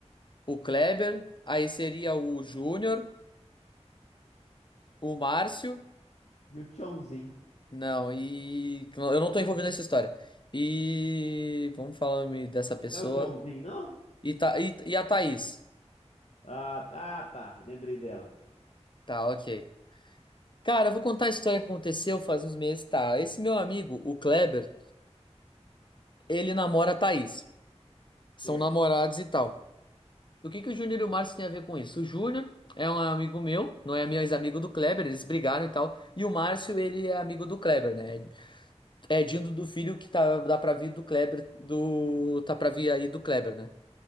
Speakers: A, on the left; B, on the left.
A: o Kleber, aí seria o Júnior, o Márcio.
B: E o Chãozinho?
A: Não, e. Eu não tô envolvido nessa história. E. Vamos falar me dessa pessoa.
B: Não é o Chãozinho, não?
A: E, tá, e, e a Thaís.
B: Ah, tá, tá, lembrei dela.
A: Tá, ok. Cara, eu vou contar a história que aconteceu faz uns meses. Tá, esse meu amigo, o Kleber, ele namora a Thaís.
B: Certo.
A: São namorados e tal. O que que o Júnior e o Márcio têm a ver com isso? O Júnior é um amigo meu, não é meu ex-amigo do Kleber, eles brigaram e tal. E o Márcio, ele é amigo do Kleber, né? É Dindo do filho que tá, dá pra vir do Kleber, do... tá pra vir aí do Kleber, né?